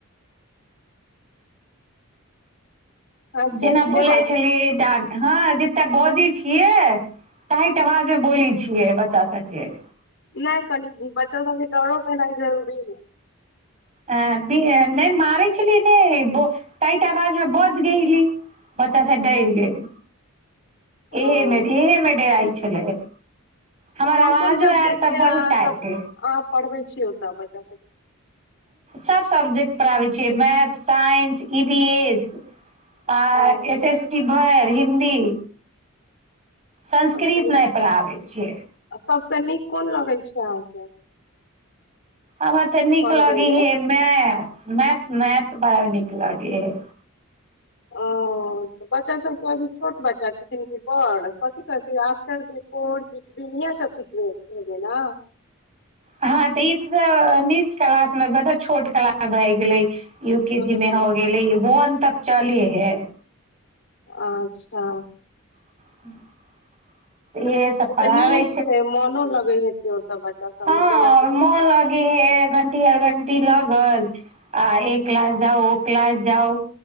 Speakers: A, on the left; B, on the right.
A: <inaudible> अच्छा
B: जेना
A: से
B: बोलै
A: बात छै
B: छलियै, डन। हँ, जेतऽ बजै छियै, टाइट आवाजमे बोली छियै बच्चा सभके।
A: नहि, कनि बच्चा सभके डरो भेनाइ जरूरी हइ।
B: अ नहि, मारै छली नहि, टाइट आवाजमे बजली। बच्चा सभ डरि
A: हय
B: गेल, इहेमे
A: ह
B: इहेमे डराइ छलै। हमर
A: कोन
B: आवाजो
A: कोन सब्जेक्ट
B: आर तऽ बड़
A: अहाँ
B: टाइट
A: सभ पढ़बै छियै, ओतऽ बच्चा सभके?
B: सभ सब्जेक्ट पढ़ाबै छियै, math, science, E B S. आ
A: ओ
B: एस एस टी कहे है आ हिन्दी। संस्कृत
A: अच्छा ई
B: नहि पढ़ाबै छियै।
A: सबसँ नीक कोन लगय छै अहाँके
B: आब एत्ते तऽ नीक
A: पढ़बै
B: लागी
A: मे
B: हे मैथ्स मैथ्स मैथ्स बड़ा नीक लगे है
A: ओ तऽ बच्चा सबके अभी छोट बच्चा छथिन कि बड़ कथि कहथि आ <unintelligible> सिखबे हेबै ने
B: हँ तऽ ई त नीस्ट क्लास मे मलब छोट कलास भए गेलै यू के
A: हँ
B: जी मे हो गेलै वन तक चली है
A: अच्छा
B: <inaudible> इहे
A: से
B: सब
A: तऽ
B: पढ़ाबै
A: नीक छै मोनो लगे हेते ओतऽ बच्चा सब सबमे
B: हँ
A: धिया पुता
B: मोन लगै हइ घण्टी आर घण्टी लागल आ एक क्लास जाउ ओ क्लास जाउ